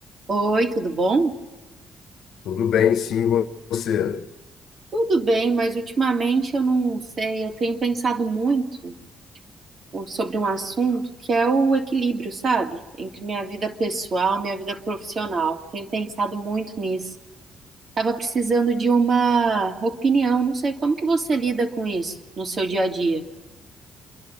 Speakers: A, on the right; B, on the left.
A: Oi, tudo bom?
B: Tudo bem, sim, você.
A: Tudo bem, mas ultimamente eu não sei, eu tenho pensado muito o- sobre um assunto que é o equilíbrio, sabe? Entre minha vida pessoal e minha vida profissional. Tenho pensado muito nisso. Tava precisando de uma opinião, não sei como que você lida com isso no seu dia a dia.